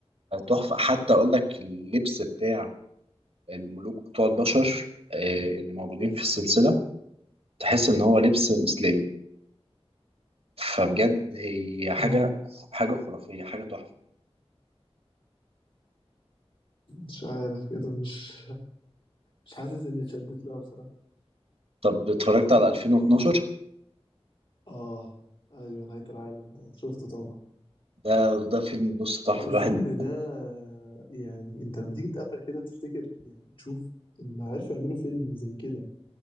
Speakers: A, on the right; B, on the left.
A: تحفة حتى أقول لك اللبس بتاع الملوك بتوع البشر آه، اللي موجودين في السلسلة تحس إن هو لبس إسلامي فبجد هي حاجة
B: آه.
A: حاجة خرافية حاجة تحفة
B: مش عارف كده مش مش حاسس اني اتشدت لها بصراحة
A: طب اتفرجت على 2012
B: اه ايوه نهاية العالم ده شفته طبعا
A: ده ده فيلم بص تحفة
B: الفيلم
A: الواحد
B: ده يعني انت لما تيجي تأمل كده تفتكر يعني تشوف ان عرفوا يعملوا فيلم زي كده